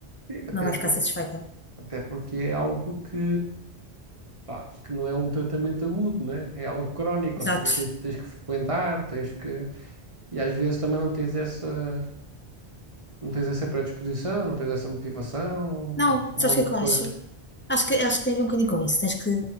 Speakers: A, on the right; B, on the left.
A: Sim, até
B: não vai
A: porque
B: ficar satisfeita.
A: Até porque é algo que, pá, que não é um tratamento agudo, né? É algo crónico,
B: Exato.
A: ou seja, tens, tens que frequentar, tens que. E às vezes também não tens essa, não tens essa predisposição, não tens essa motivação,
B: Não,
A: pá, um
B: sabes
A: monte
B: o que é que
A: de coisas.
B: eu acho? Acho que, acho que tem a ver um bocadinho com isso. Tens que